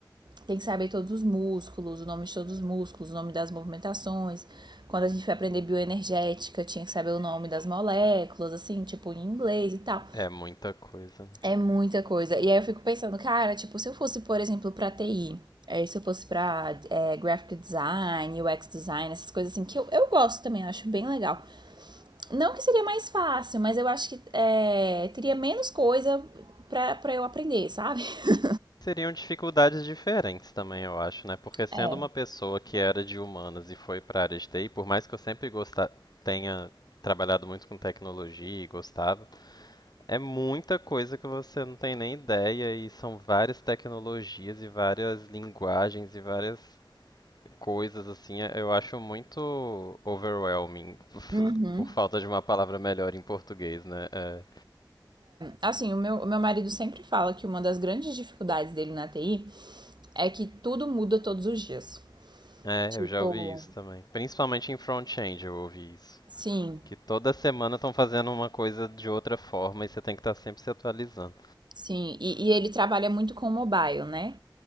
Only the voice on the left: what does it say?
É muita coisa. né?
Seriam dificuldades diferentes também, eu acho, né? Porque sendo
uma pessoa que era de humanas e foi para a área de TI, por mais que eu sempre gostar, tenha trabalhado muito com tecnologia e gostava, É muita coisa que você não tem nem ideia e são várias tecnologias e várias linguagens e várias coisas assim. é- Eu acho muito overwhelming, <laughs>
por falta de uma palavra melhor em português, né? É,
é
eu já ouvi isso também. Principalmente em front-end eu ouvi isso.
Que toda semana estão fazendo uma coisa de outra forma e você tem que estar sempre se atualizando.